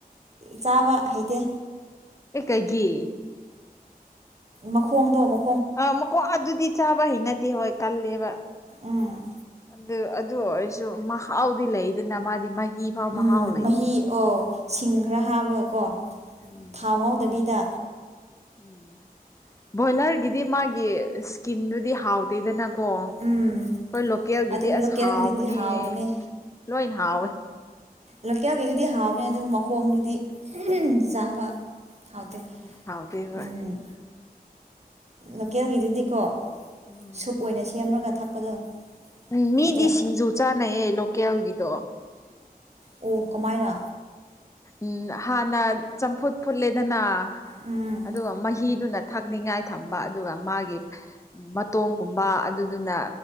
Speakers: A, on the right; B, on the left.
A: ꯆꯥꯕ ꯍꯩꯇꯦ
B: ꯑꯦꯒꯤ
A: ꯃꯈꯣꯡꯗꯣ ꯑꯃꯨꯛ
B: ꯑꯥ ꯃꯀꯣꯛ ꯑꯗꯨꯗꯤ ꯆꯥꯕ ꯍꯩꯅꯗꯦ ꯍꯣꯏ ꯀꯜꯂꯦꯕ
A: ꯎꯝ
B: ꯑꯗꯨ ꯑꯗꯨ ꯑꯣꯏꯔꯁꯨ ꯃꯍꯥꯎꯗꯤ ꯂꯩꯗꯅ ꯃꯥꯗꯤ ꯃꯍꯤ ꯐꯥꯎ
A: ꯎꯝ
B: ꯃꯍꯥꯎ ꯂꯩꯕꯅꯤ
A: ꯃꯍꯤ ꯑꯣ ꯁꯤꯡ ꯈꯔ ꯍꯥꯞꯕꯀꯣ
B: ꯎꯝ
A: ꯊꯥꯎ ꯉꯧꯗꯕꯤꯗ
B: ꯎꯝ ꯕꯣꯏꯂꯔꯒꯤꯗꯤ ꯃꯥꯒꯤ ꯏꯁꯀꯤꯟꯗꯨꯗꯤ ꯍꯥꯎꯗꯦꯗꯅ ꯀꯣ ꯑꯩꯈꯣꯏ
A: ꯎꯝ
B: ꯂꯣꯀꯦꯜꯒꯤꯗꯤ
A: ꯑꯗꯨꯕꯨ
B: ꯑꯁ
A: ꯂꯣꯀꯦꯜꯒꯤꯗꯨꯗꯤ
B: ꯍꯥꯎꯕꯅꯦ
A: ꯍꯥꯎꯕꯅꯦ
B: ꯂꯣꯏ ꯍꯥꯎꯋꯦ
A: ꯂꯣꯀꯦꯜꯒꯤꯗꯨꯗꯤ ꯍꯥꯎꯕꯅꯦ ꯑꯗꯨꯕꯨ ꯃꯈꯣꯡꯗꯨꯗꯤ ꯆꯥꯕ ꯍꯥꯎꯗ
B: ꯎꯝ ꯍꯥꯎꯇꯦ ꯍꯣꯏ
A: ꯎ ꯂꯣꯀꯦꯜꯒꯤꯗꯨꯗꯤꯀꯣ
B: ꯎꯝ
A: ꯁꯨꯞ ꯑꯣꯏꯅ ꯁꯦꯝꯃꯒ ꯊꯛꯄꯗꯣ
B: ꯎꯝ ꯃꯤꯗꯤ
A: ꯑꯗ
B: ꯁꯤꯡꯖꯨ ꯆꯥꯅꯩꯌꯦ ꯂꯣꯀꯦꯜꯒꯤꯗꯣ
A: ꯑꯣ ꯀꯃꯥꯏꯅ
B: ꯎꯝ ꯍꯥꯟꯅ ꯆꯝꯐꯨꯠ ꯐꯨꯠꯂꯦꯗꯅ
A: ꯎꯝ
B: ꯑꯗꯨꯒ ꯃꯍꯤꯗꯨꯅ ꯊꯛꯅꯤꯡꯉꯥꯏ ꯊꯝꯕ ꯑꯗꯨꯒ ꯃꯥꯒꯤ ꯃꯇꯣꯒꯨꯝꯕ ꯑꯗꯨꯅ